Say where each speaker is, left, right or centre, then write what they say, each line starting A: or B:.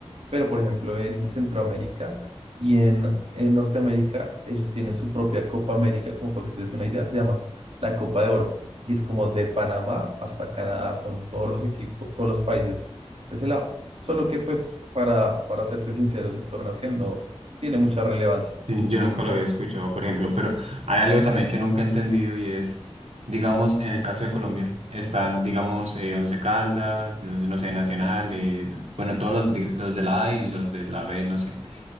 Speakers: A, on the right; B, on the right.
A: pero, por ejemplo, en Centroamérica y en, en Norteamérica, ellos tienen su propia Copa América, como para que te des una idea, se llama la Copa de Oro. Y es como de Panamá hasta Canadá, son todos los equipos, todos los países de ese lado. Solo que, pues, para, para serte sincero, es un torneo que no tiene mucha relevancia.
B: Sí, Yo nunca lo había escuchado, por ejemplo, pero hay algo también que nunca he entendido y es, digamos, en el caso de Colombia, están, digamos, eh, Once Caldas, no no sé, Nacional, eh, bueno, todos los, de los de la A y los de la B, no sé.